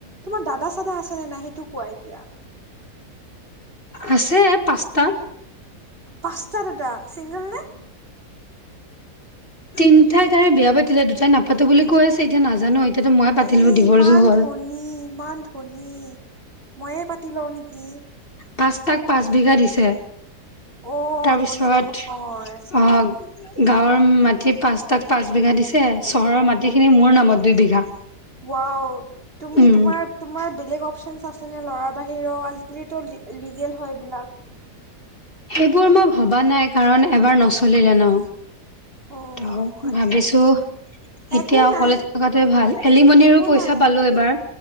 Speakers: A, on the right (about 35°); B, on the left (about 35°).
A: তোমাৰ দাদা, চাদা আছেনে নাই, সেইটো কোৱা এতিয়া।
B: আছে পাঁচটা।
A: পাঁচটাৰ, এটা চিংগল নে।
B: তিনিতাই তাৰে বয়া পায়, তেতিয়া দুটাই নাপাতো বুলি কৈ আছে, এতিয়া নাজানো। এতিয়াতো মই পাতিলো
A: এ,
B: ডিভৰ্চো
A: ইমান
B: হ'ল
A: ধোনী, ইমান ধোনী ময়ে পাতি লওঁ নেকি।
B: পাঁচটাক, পাঁচ বিঘা দিছে।
A: অ
B: তাৰপিছত,
A: ধনী নহয় আচ্ছা
B: আহ। গাঁৱৰ মাটি পাঁচটাক পাঁচ বিঘা দিছে। চহৰৰ মাটিখিনি মোৰ নামত দুই বিঘা।
A: ৱাৱ, তুমি
B: উম,
A: তোমাৰ, তোমাৰ বেলেগ অপচন আছে নে, ল'ৰাৰ বাহিৰেও আজিকালি লিগেল হয়বিলাক
B: সবোৰ মই ভবা নাই কাৰণ এবাৰ নচলিলে ন।
A: অ
B: ত,
A: আচ্ছা
B: ভাবিছো।
A: আচ্ছা একো
B: এতিয়া অকলে
A: নাই
B: থকাতে ভাল এলিমনিৰো
A: একো
B: পইচা
A: নাই
B: পালো এবাৰ।